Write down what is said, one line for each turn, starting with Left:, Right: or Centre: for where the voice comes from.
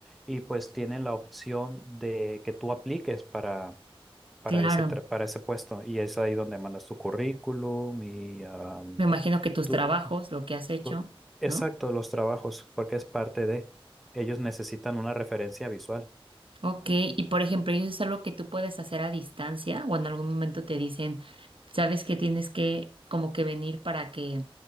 Centre: y pues tienen la opción de que tú apliques para para
Right: Claro.
Centre: ese, tra- para ese puesto. Y es ahí donde mandas tu currículum y am,
Right: Me imagino que tus
Centre: tú,
Right: trabajos, lo que has hecho,
Centre: tú- exacto,
Right: ¿no?
Centre: los trabajos, porque es parte de, ellos necesitan una referencia visual.
Right: Ok, y por ejemplo, ¿y eso es algo que tú puedes hacer a distancia o en algún momento te dicen, sabes que tienes que como que venir para que,